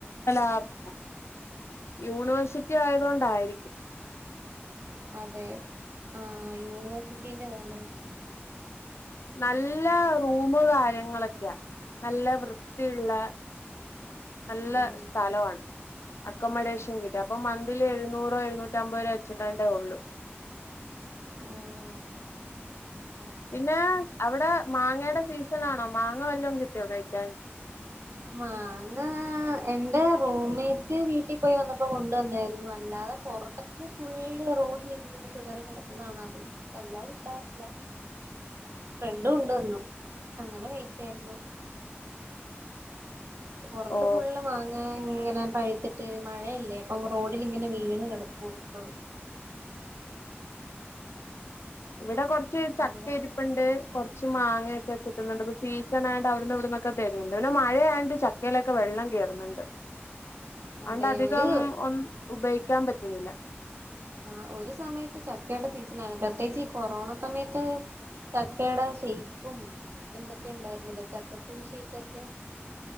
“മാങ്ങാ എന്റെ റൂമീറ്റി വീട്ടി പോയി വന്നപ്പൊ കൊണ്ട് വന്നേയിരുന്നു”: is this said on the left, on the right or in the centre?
Right